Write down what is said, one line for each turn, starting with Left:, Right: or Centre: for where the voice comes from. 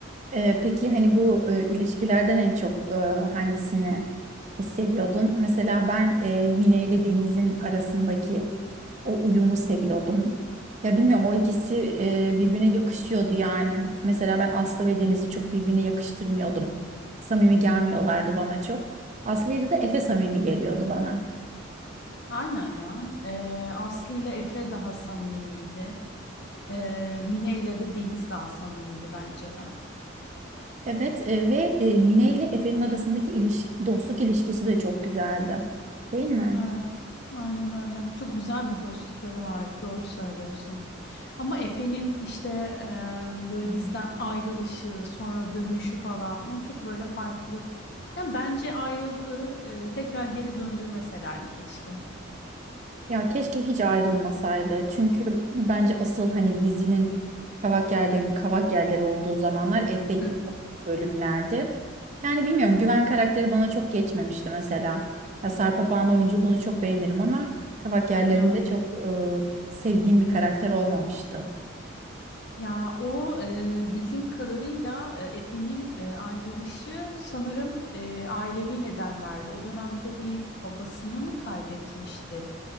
Right: Ee, peki hani bu e, ilişkilerden en çok e, hangisini? seviyordun? Mesela ben e, Mine ile Deniz'in arasındaki o uyumu seviyordum. Ya bilmiyorum o ikisi e, birbirine yakışıyordu yani. Mesela ben Aslı ve Deniz'i çok birbirine yakıştırmıyordum. Samimi gelmiyorlardı bana çok. Aslı ile de Efe samimi geliyordu bana.
Left: Aynen ya. E, Aslı ile Efe daha samimiydi. Ee, Mine ile de Deniz daha samimiydi bence de.
Right: Evet e, ve e, Mine ile Efe'nin arasındaki iliş dostluk ilişkisi de çok güzeldi. Değil mi?
Left: Evet, aynen öyle. Çok güzel bir dostlukları vardı, doğru söylüyorsun. Ama Efe'nin işte e, böyle dizden ayrılışı, sonra dönüşü falan, onu çok böyle farklı. Yani bence ayrıldı, e, tekrar geri döndürmeselerdi keşke.
Right: Ya keşke hiç ayrılmasaydı. Çünkü bence asıl hani dizinin kavak yerlerinin kavak yerleri olduğu zamanlar Efe'nin
Left: <laughs>
Right: olduğu bölümlerdi. Yani bilmiyorum Güven karakteri bana çok geçmemişti mesela. Ya Sarp Apağan oyunculuğunu çok beğenirim ama kavak yerlerinde
Left: Evet.
Right: çok e, sevdiğim bir karakter olmamıştı.
Left: Ya o e, bildiğim kadarıyla e, Efe'nin e, ayrılışı sanırım e, ailevi nedenlerde. O dönemde bir babasını mı kaybetmişti?